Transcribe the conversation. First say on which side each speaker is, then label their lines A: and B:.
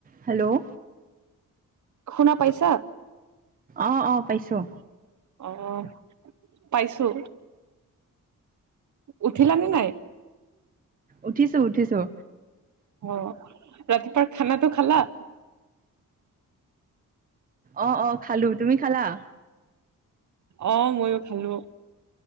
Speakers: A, on the right (about 25°); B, on the right (about 60°).
A: Hello
B: শুনা পাইছা?
A: অ', অ', পাইছোঁ।
B: অ', পাইচ চো উঠিলা নে, নাই?
A: উঠিছোঁ, উঠিছোঁ।
B: অ', ৰাতিপুৱাৰ খানাটো খালা?
A: অ', অ', খালোঁ, তুমি খালা?
B: অ', ময়ো খালোঁ।